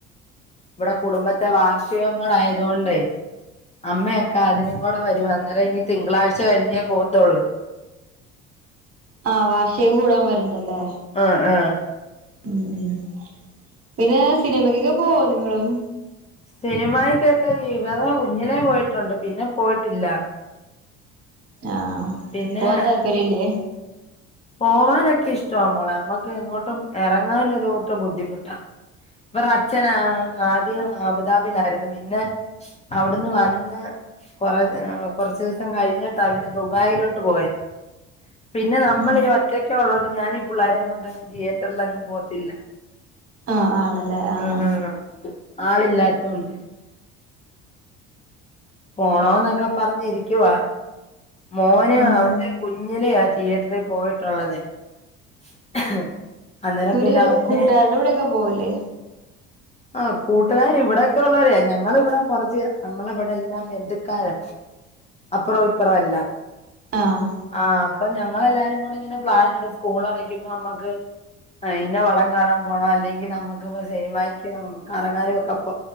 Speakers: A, on the left (about 20°); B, on the right (about 40°).
A: ഇവിടെ കുടുംബത്തെ വാർഷികോം കൂടെ ആയത് കൊണ്ടേ അമ്മെയക്ക അതിനും കൂടെ വരുവാ അന്നേരം ഇനി തിങ്കളാഴ്ച കഴിഞ്ഞേ പോവത്തുള്ളൂ
B: ആഹ് വാർഷികം കൂടാൻ വരുണ്ടല്ലേ
A: ആഹ് ആഹ്
B: ഉം ഉം പിന്നെ സിനിമക്കൊക്കെ പോവോ നിങ്ങളും
A: സിനിമായി കൊക്കെ ഇവത കുഞ്ഞിലെ പോയിട്ടുണ്ട് പിന്നെ പോയിട്ടില്ല.
B: ആഹ്
A: പിന്നെ
B: പോവാൻ താല്പര്യല്ലേ.
A: പോവാനൊക്കെ ഇഷ്ടവാ മോളെ ഉമ്മക് എങ്ങോട്ടും ഇറങ്ങാൻ ഒരുകൂട്ടം ബുദ്ധിമുട്ടാ. ബറെ അച്ഛന ആദ്യം അബുതാബിലായിരുന്നു പിന്നെ അവിടുന്ന് വന്ന്. കൊറ കുറച്ച ദിവസം കഴിഞ്ഞിട്ടാ പിന്നെ ദുബായിലോട്ട് പോയെ. പിന്നെ നമ്മള
B: ഉം
A: ഈ ഒറ്റയ്ക്കെ ഉള്ളതോണ്ട് ഞാനീ പിള്ളാരെയും കൊണ്ട്ങ്ങും തിയേറ്ററിൽങ്ങും പോവതില്ല.
B: ആഹ് ആണല്ലേ. ആഹ്
A: ആന്ന് ആന്ന് ആളില്ലാത്തോണ്ട്. പോണോന്നൊക്കെ പറഞ്ഞിരിക്കുവ മോന്
B: ഉം
A: അവന്റെ. കുഞ്ഞിലെ ആഹ് തിയേറ്ററിൽ പോയിട്ടുള്ളത്. <inaudible>
B: ഇവര്
A: പിന്നെ അവനെ
B: കൂട്ടുകാരുടെ കൂടെയൊക്കെ പോവല്ലേ.
A: ആഹ് കൂട്ടുകാരി ഇവിടെക്കെ ഉള്ളരെയ ഞങ്ങൾ ഇവിടെ. കുറച്ച് നമ്മളെ ഇവിടെല്ലാം ബന്ധുക്കാരാ അപ്പുറം ഇപ്പറം എല്ലാം.
B: ആഹ്
A: ആഹ് അപ്പൊ ഞങ്ങളെല്ലാരും കൂടെ ഇങ്ങനെ പ്ലാൻ ഇടും. സ്കൂൾ അടയ്ക്കുമ്പോ നമ്മുക്ക് അയിന്റെ വളം കാണാൻ പോണം അല്ലെങ്കിൽ നമുക്ക്. സിനിമാക്കെ കറങ്ങാനും ഒക്കെപ്പ